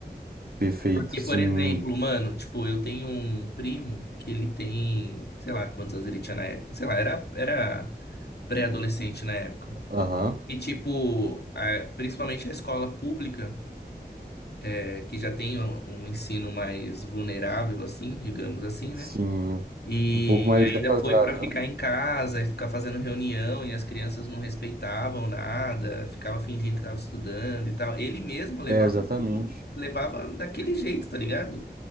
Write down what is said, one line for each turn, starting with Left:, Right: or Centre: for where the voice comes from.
Right: Perfeito,
Left: Porque,
Right: sim.
Left: por exemplo, mano, tipo, eu tenho um primo que ele tem, sei lá, quantos anos ele tinha na época, sei lá, era, era pré-adolescente na época.
Right: Aham,
Left: E, tipo, a- principalmente a escola pública, é, que já tem um, um ensino mais vulnerável, assim, digamos assim,
Right: sim.
Left: né? E
Right: Um pouco mais
Left: ainda
Right: defasado,
Left: foi para ficar
Right: né?
Left: em casa e ficar fazendo reunião, e as crianças não respeitavam nada, ficava fingindo que estava estudando e tal. Ele mesmo levava,
Right: É, exatamente.
Left: tipo, levava daquele jeito, tá ligado?